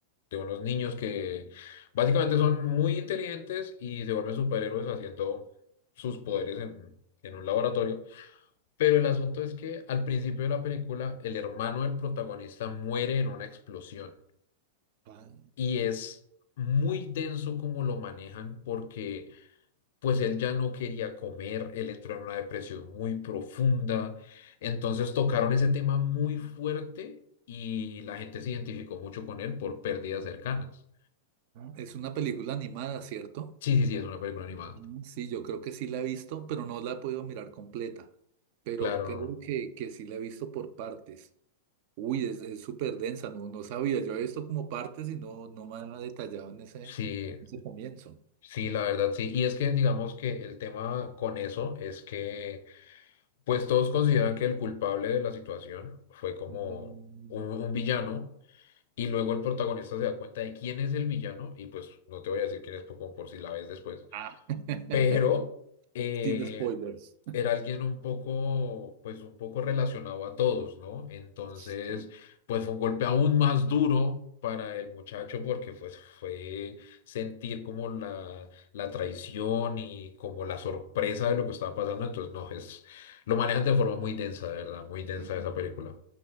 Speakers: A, on the left; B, on the right.
A: de unos niños que básicamente son muy inteligentes y se vuelven superhéroes haciendo sus poderes en, en un laboratorio. Pero el asunto es que al principio de la película el hermano del protagonista muere en una explosión
B: Ah,
A: y es muy denso como lo manejan porque pues él ya no quería comer, él entró en una depresión muy profunda, entonces tocaron ese tema muy fuerte y la gente se identificó mucho con él por pérdidas cercanas.
B: Es una película animada, ¿cierto?
A: Sí, sí, sí, es una película animada.
B: Mm, Sí, yo creo que sí la he visto, pero no la he podido mirar completa. Pero
A: Claro,
B: creo
A: no.
B: que, que sí la he visto por partes. Uy, es, es súper densa, no, no sabía. Yo he visto como partes y no, no me ha detallado en ese,
A: Sí,
B: en ese comienzo.
A: sí, la verdad, sí. Y es que digamos que el tema con eso es que pues todos consideran que el culpable de la situación fue como
B: Mm,
A: un un villano Y luego el protagonista se da cuenta de quién es el villano, y pues no te voy a decir quién es por, como por si la ves después,
B: Ah. <laughs>
A: pero eh,
B: Sin spoilers.
A: era alguien un poco, pues un poco relacionado a todos, ¿no? Entonces,
B: Sí,
A: pues fue un golpe aún más duro para el muchacho porque pues fue sentir como la, la traición y como la sorpresa de lo que estaba pasando. Entonces, no, es, lo manejan de forma muy densa, de verdad, muy densa
B: sí.
A: esa película.